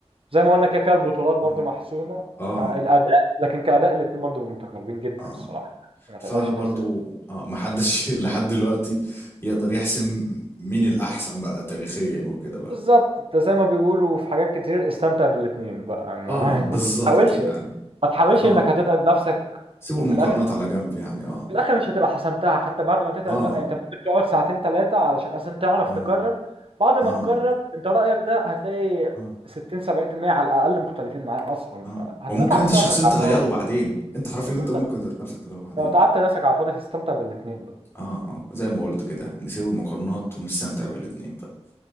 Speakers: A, on the right; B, on the left.
A: زي ما قلنا كده كده البطولات برضو
B: اه
A: محسومة
B: اه
A: فالأداء لكن كأداء الاتنين برضو متقاربين جدا
B: اه
A: الصراحة ما
B: فبرضه
A: تقدرش تحسب
B: اه محدش <laughs> لحد دلوقتي يقدر يحسم مين الأحسن بقى تاريخيا وكده بقى
A: بالظبط انت زي ما بيقولوا في حاجات كتير استمتع بالاتنين بقى ما
B: اه
A: <laughs>
B: بالظبط
A: ما تحاولش
B: يعني
A: ما تحاولش
B: اه
A: انك هتتعب نفسك
B: سيبوا
A: وفي
B: المقارنات
A: الاخر
B: على جنب يعني اه
A: في الاخر مش هتبقى حسمتها حتى بعد ما تتعب
B: اه
A: لا انت ممكن تقعد ساعتين ثلاثه علشان اصلا تعرف
B: اه
A: تكرر بعد ما
B: اه
A: تكرر انت رايك ده هتلاقي
B: اه
A: 60 70% على الاقل مختلفين معاه اصلا
B: اه
A: فهتبقى
B: وممكن
A: تعبت
B: انت شخصيا
A: نفسك
B: تغيره
A: على الفاضي
B: بعدين انت حرفيا
A: بالظبط
B: انت ممكن ذات نفسك تغيره بعدين
A: لو تعبت نفسك على الفاضي هتستمتع بالاثنين بقى
B: اه آه، زي ما قلت كده نسيب المقارنات ونستمتع بالاتنين بقى